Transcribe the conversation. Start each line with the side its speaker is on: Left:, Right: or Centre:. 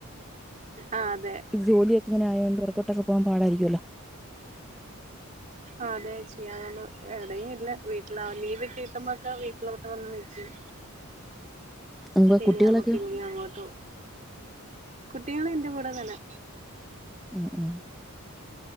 Right: ആ അതെ
Centre: ഇത് ജോലിയൊക്കെ ഇങ്ങനെ ആയോണ്ട് പുറത്തോട്ടൊക്കെ പോകാൻ പാടായിരിക്കുവല്ലോ
Right: അതേച്ചി ആണ് എവിടെയും ഇല്ല വീ ട്ടിലാ ലീവ് കിട്ടുമ്പോക്കെ വീട്ടിലോട്ട് വന്ന് നിക്കും
Centre: അപ്പോൾ
Right: പിന്നെയാമ്പം
Centre: കുട്ടികളൊക്കെയോ
Right: പിന്നീം അങ്ങോട്ട് പോവും കുട്ടികളെന്റെ കൂടെ തന്നെ
Centre: ഉം ഉം